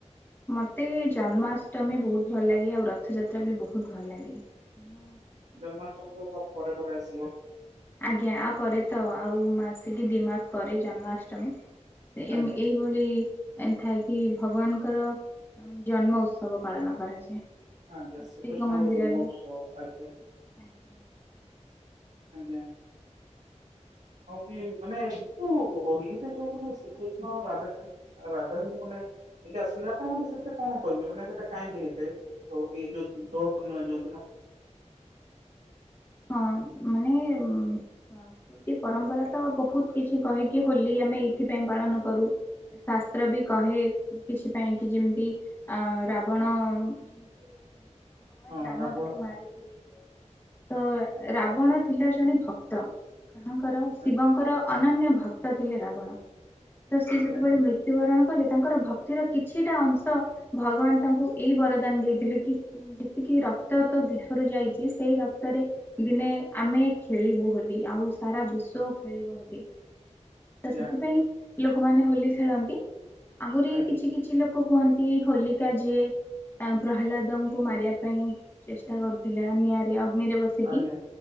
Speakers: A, on the left; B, on the right.
A: ମୋତେ ଜନ୍ମାଷ୍ଟମୀ ବହୁତ ଭଲ ଲାଗେ ଆଉ ରଥଯାତ୍ରା ବି ବହୁତ ଭଲ ଲାଗେ। ହୁଁ।
B: ଜନ୍ମାଷ୍ଟମୀ ତ ତା ପରେ ପରେ ଆସିବ।
A: ଆଜ୍ଞା ଆପରେ ତ ଆଉ ମାସେକି ଦି ମାସ ପରେ ଜନ୍ମାଷ୍ଟମୀ ଏ
B: ଆଜ୍ଞା
A: ଏଇ କି ଭଳି ଥାଇକି ଭଗବାନଙ୍କର। ଜନ୍ମ ଉତ୍ସବ ପାଳନ କରାଯାଏ।
B: ଆଜ୍ଞା
A: ପ୍ରତ୍ୟେକ
B: ଶ୍ରୀକୃଷ୍ଣଙ୍କ
A: ମନ୍ଦିରରେ
B: ଜନ୍ମୋତ୍ସବ ଆଜ୍ଞା।
A: ଆଜ୍ଞା।
B: ଆଜ୍ଞା ଆଜ୍ଞା। ଆଉ ମାନେ ଯୋଉ ହୋଲିରେ ଯୋଉ ମ ଶ୍ରୀକୃଷ୍ଣ ଆଉ ରାଧାକୃଷ୍ଣ ରାଧା ମାନେ ଏ ଆସିଲେ ଆପଣ ମାନେ ସେଥିରେ କଣ କହିବେ ମାନେ ସେଇଟା କାହିଁକି ହେଇଥାଏ? ତ ଯଉ ତ ନ ଯଉଦିନ।
A: ହଁ ମାନେ ଉମ ସାସ୍କୃତି ପରମ୍ପରା ତ ବହୁତ କିଛି କହେ କି ହୋଲି ଆମେ ଏଇଥିପାଇଁ ପାଳନ କରୁ। ଶାସ୍ତ୍ର ବି କହେ କିଛି ପାଇଁ କି ଯେମିତି ଅ ରାବଣ ଯେ ଭଗବାନ
B: ହଁ
A: ରାମ
B: ରାବଣ
A: ତାଙ୍କୁ ମାରିଥିଲେ। ତ ରାବଣ ଥିଲା ଜଣେ ଭକ୍ତ କାହାଙ୍କର ଶିବଙ୍କର
B: ଆ-
A: ଅନନ୍ୟ ଭକ୍ତ ଥିଲେ ରାବଣ ତ ସିଏ
B: ଆଜ୍ଞା
A: ଯେତେ ବେଳେ ମୃତ୍ୟୁ ମୃତ୍ୟୁବରଣ କଲେ ତାଙ୍କର ଭକ୍ତିର କିଛିଟା ଅଂଶ ଭଗବାନ୍ ତାଙ୍କୁ ଏଇ ବରଦାନ ଦେଇଥିଲେ କି ଯେତିକି ରକ୍ତ ତୋ ଦେହରୁ ଯାଇଚି ସେଇ ରକ ତରେ ଦିନେ ଆମେ ଖେଳିବୁ ହୋଲି ଆଉ ସାରା ବିଶ୍ୱ ଖେଳିବ ହୋଲି।
B: ଆଜ୍ଞା
A: ତ ସେଥିପାଇଁ ଲୋକମାନେ ହୋଲି ଖେଳନ୍ତି। ଆହୁରି
B: ଆଜ୍ଞା
A: କିଛି କି ଛି ଲୋକ କୁହନ୍ତି ହୋଲିକା ଯିଏ ଏମ୍ ପ୍ରହ୍ଲାଦଙ୍କୁ ମାରିବା ପାଇଁ ଚେଷ୍ଟା କରୁଥିଲା ନିଆଁରେ ଅଗ୍ନିରେ ବସ୍ ସିକି
B: ଆଜ୍ଞା